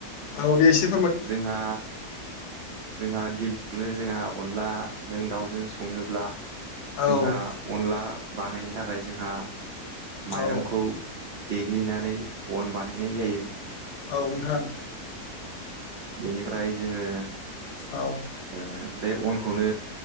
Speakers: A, on the left; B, on the right.
A: औ देसे
B: जोंहा जोंहा गिबि बेयावनो जोंहा अनलाजों दाउजों संनोब्ला
A: औ
B: जोंहा अनला बानायनो थाखाय जोंहा माइरंखौ
A: औ
B: देग्लिनानै अन बानायनाय जायो।
A: औ नोंथां।
B: बेनिफ्राय जोङो
A: औ।
B: ओ बे अनखौनो